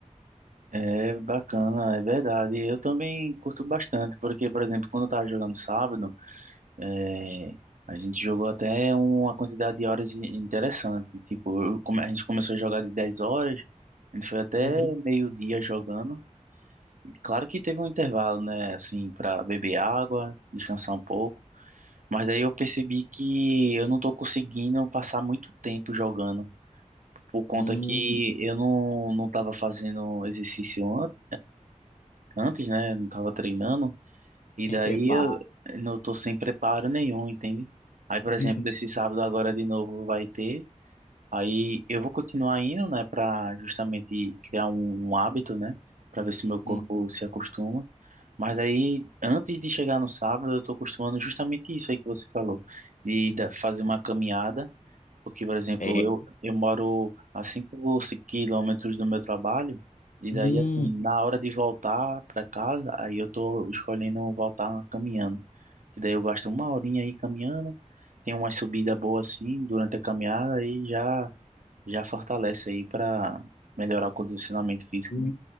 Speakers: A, on the right; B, on the left.
A: É bacana, é verdade. Eu também curto bastante, porque, por exemplo, quando eu estava jogando sábado, é, a gente jogou até uma quantidade de horas in- interessante. Tipo, eu come- a gente começou a jogar de 10 horas, a gente foi até
B: Uhum.
A: meio-dia jogando. E Claro que teve um intervalo, né, assim, para beber água, descansar um pouco. Mas daí eu percebi que eu não estou conseguindo passar muito tempo jogando, por conta
B: Hum,
A: que eu não, não estava fazendo exercício antes. antes, né? Não tava treinando. E
B: sem
A: daí
B: preparo.
A: eu não tô sem preparo nenhum, entende? Aí, por exemplo,
B: <laughs>
A: esse sábado agora de novo vai ter. Aí eu vou continuar indo, né? Pra justamente criar um, um hábito, né? Pra ver se meu corpo
B: Hum,
A: se acostuma. Mas aí, antes de chegar no sábado, eu tô acostumando justamente isso aí que você falou. De da- fazer uma caminhada. Porque, por exemplo,
B: é.
A: eu, eu moro a 5 ou 6 quilômetros do meu trabalho, e daí,
B: Hum.
A: assim, na hora de voltar para casa, aí eu tô escolhendo voltar caminhando. E daí eu gasto uma horinha aí caminhando, tem uma subida boa assim durante a caminhada e já, já fortalece aí para melhorar o condicionamento físico,
B: hum.
A: né?